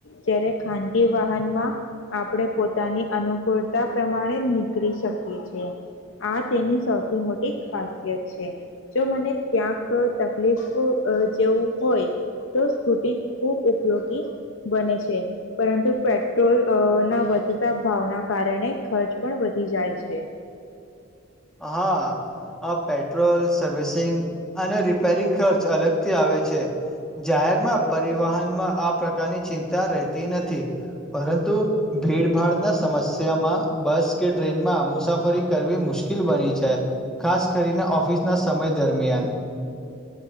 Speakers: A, on the left; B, in the centre.
A: જ્યારે ખાનગી વાહનમાં આપણે પોતાની અનુકૂળતા પ્રમાણે નીકળી શકીએ છેએ આ તેની સૌથી મોટી ખાસિયત છે જો મને ક્યાં તકલીફ જેવું હોય તો સ્કૂટી ખૂબ ઉપયોગી બને છે પરંતુ પેટ્રોલ ના વધતા ભાવના કારણે ખર્ચ પણ વધી જાય છે
B: હા અ પેટ પેટ્રોલ સર્વિસિંગ અને રિપેરિંગ ખર્ચ અલગ આવે છે જાહેરમાં પરિવહનમાં આ પ્રકારની ચિંતા રહેતી નથી પરંતુ ભીડભાડના સમસ્યામાં બસ કે ટ્રેનમાં મુસાફરી કરવી મુશ્કે મુશ્કેલ બની જાય ખાસ કરીને ઓફિસના સમય દરમિયાન